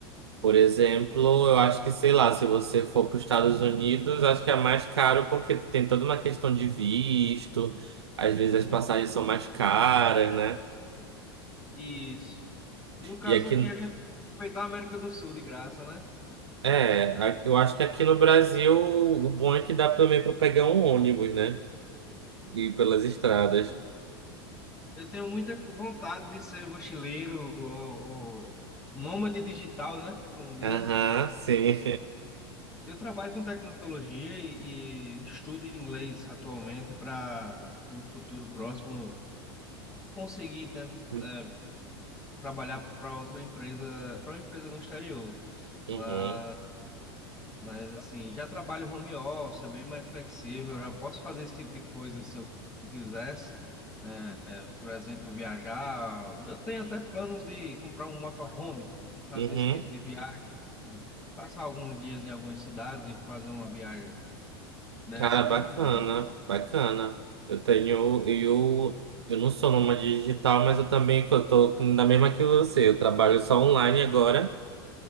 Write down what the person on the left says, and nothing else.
Isso. No caso
aqui, a gente aproveitar a América do Sul de graça, né?
Eu tenho muita vontade de ser mochileiro ou, ou nômade digital, né? Como dizem.
Eu trabalho com tecnologia e, e estudo inglês atualmente para, no futuro próximo, conseguir ten-
eh, trabalhar para outra empresa, para uma empresa no exterior.
Mas, mas, assim, já trabalho home office, é bem mais flexível, já posso fazer esse tipo de coisa se eu quisesse. Eh, por exemplo, viajar. Eu tenho até planos de comprar um motorhome e fazer
esse tipo de viagem, passar alguns dias em algumas cidades e fazer uma viagem dessa,
né?
Ah,